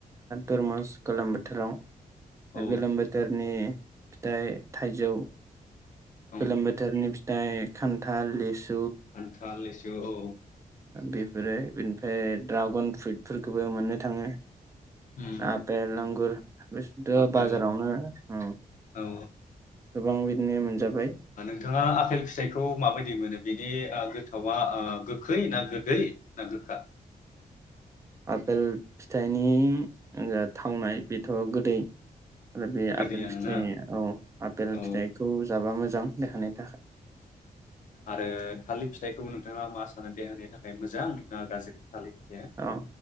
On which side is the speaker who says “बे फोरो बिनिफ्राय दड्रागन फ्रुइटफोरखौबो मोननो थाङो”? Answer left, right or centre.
Right